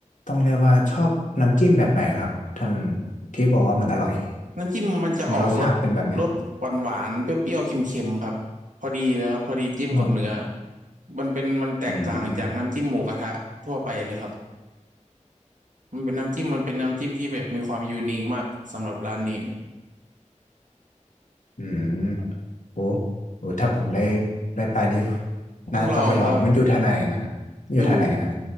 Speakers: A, on the left; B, on the right.
A: ต้องเรียกว่าชอบน้ำจิ้มแบบไหนล่ะครับทำที่บอกว่ามันอร่อย
B: น้ำจิ้มมันจะออกรสรสหวานหวานเปรี้ยวๆเค็มๆครับพอดีเลยครับพอดีจิ้มกับเนื้อ
A: มันรสชาติเป็นแบบไหนก็
B: มันเป็นมันแตกต่างจากน้ำจิ้มหมูกระทะทั่วไปเลยครับ
A: อืม
B: มันเป็นน้ำจิ้มมันเป็นน้ำจิ้มที่แบบมีความยูนิคมากสำหรับร้านนี้
A: อืมโอ้โหถ้าผมได้ได้ไปนี้
B: ต้องลองครับ
A: น่าต้องไปลองมันอยู่ทางไหนนะครับอยู่ทางไหนครับ
B: อยู่